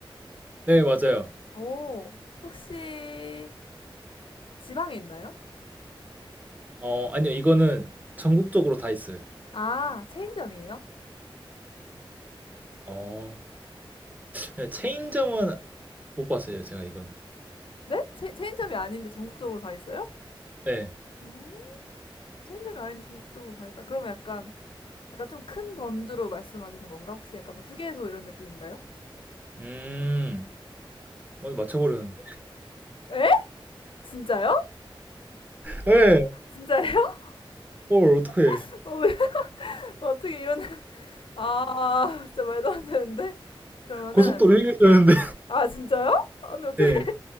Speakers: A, on the right; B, on the left.
A: 네, 맞아요.
B: 오. 혹시 지방에 있나요?
A: 어, 아니요, 이거는 전국적으로 다 있어요.
B: 아, 체인점이에요?
A: 어, 네, 체인점은 못 봤어요, 제가 이건.
B: 네? 체, 체인점이 아닌데 전국적으로 다 있어요?
A: 네,
B: 음, 체인점이 아닌데 전국적으로 다 있다. 그러면 약간 약간 좀 큰 범주로 말씀하시는 건가? 혹시 약간 뭐 휴게소 이런 느낌인가요?
A: 음, 어, 맞춰버렸는데.
B: 에? 진짜요?
A: 네,
B: 진짜예요?
A: 뭘, 어떡해.
B: <laughs> 어, 왜- 어떻게 이런 <laughs> 아, 진짜 말도 안 되는데. 그러면은
A: 고속도로 얘기했는데
B: 아, 진짜요? 아니 어떻게?
A: 네.